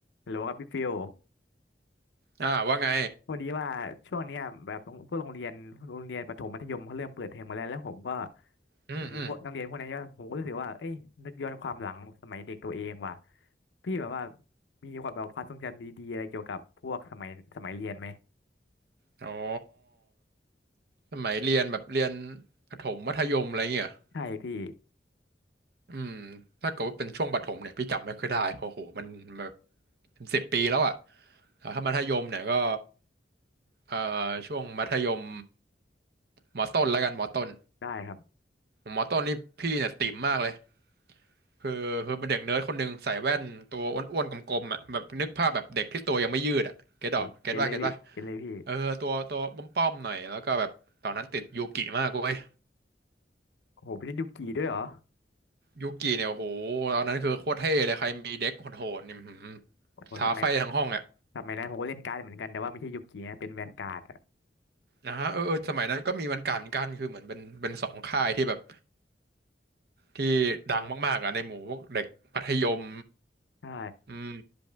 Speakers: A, on the left; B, on the right.
A: ฮัลโหลครับพี่ฟิล
B: อ่าว่าไง
A: พอดีว่าช่วงเนี้ยแบบโรงพวกโรงเรียนโรงเรียนประถมมัธยมเขาเริ่มเปิดเทอมมาแล้วแล้วผมก็
B: อืมอืม
A: เห็นพวกนักเรียนพวกนั้นเยอะผมก็รู้สึกว่าเอ้ยนึกย้อนความหลังสมัยเด็กตัวเองว่ะพี่แบบว่ามีความแบบความทรงจำดีๆอะไรเกี่ยวกับพวกสมัยสมัยเรียนไหม
B: อ๋อสมัยเรียนแบบเรียนประถมมัธยมอะไรเงี้ยเหรอ
A: ใช่พี่
B: อืมถ้าเกิดว่าเป็นช่วงประถมเนี่ยพี่จำไม่ค่อยได้เพราะโหมันมันแบบเป็นสิบปีแล้วอ่ะแต่ถ้ามัธยมเนี่ยก็เอ่อช่วงมัธยมมอต้นแล้วกันมอต้น
A: ได้ครับ
B: มอต้นนี่พี่เนี่ยติ่มมากเลยคือคือเป็นเด็กเนิร์ดคนหนึ่งใส่แว่นตัวอ้วนๆกลมๆอ่ะแบบนึกภาพแบบเด็กที่ตัวยังไม่ยืดอ่ะเก็ตดอกเก็ตว่าเก็ตว่า
A: โอเกนเลยพี่เกนเลยพี่
B: เออตัวตัวป้อมๆหน่อยแล้วก็แบบตอนนั้นติดยูกิมากเว้ย
A: โอ้โหไม่ใช่ยุกีด้วยเหรอ
B: ยูกิเนี่ยโอ้โหตอนนั้นคือโคตรเท่เลยใครมีเด็กโหดๆนี่อื้อหือ
A: โอ้โหสมัย
B: ท้าไฟทั้งห้องอ่ะ
A: สมัยนั้นผมก็เล่นการ์ดเหมือนกันแต่ว่าไม่ใช่ยุกีนะเป็นแวนการ์ดอะ
B: นะฮะเออเออสมัยนั้นก็มีวันการเหมือนกันคือเหมือนเป็นเป็นสองค่ายที่แบบที่ดังมากๆอ่ะในหมู่พวกเด็กมัธยม
A: ใช่
B: อืม